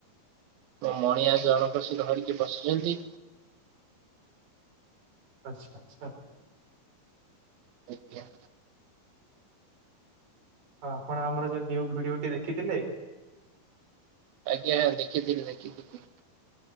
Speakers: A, on the right; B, on the right.
A: ମୋ ମଣିଆ ଜଣଙ୍କସିି ଧରିକି ବସିଛନ୍ତି।
B: ଆଚ୍ଛା ଆଚ୍ଛା।
A: ଆଜ୍ଞା।
B: ହ ଆପଣ ଆମର ଯୋଉ ନିୟୁ ଭିଡିଓଟି ଦେଖିଥିଲେ?
A: ଆଜ୍ଞା ହଁ ଦେଖିଥିଲି ଦେଖିଥିଲି।